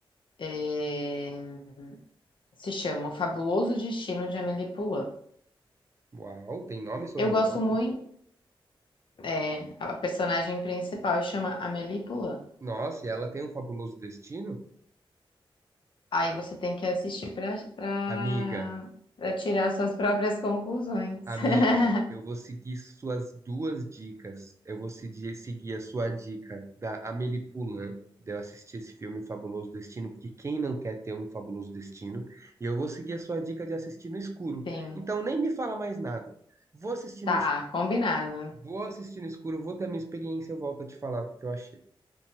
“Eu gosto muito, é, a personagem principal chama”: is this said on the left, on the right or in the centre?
Left